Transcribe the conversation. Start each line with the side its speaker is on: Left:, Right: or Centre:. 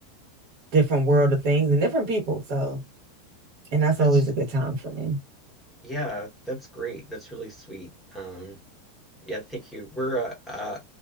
Right: different world of things and different people. So, and that's
Centre: that's
Right: always a good time for me.
Centre: yeah, that's great. That's really sweet. Um, yeah, thank you. We're uh, uh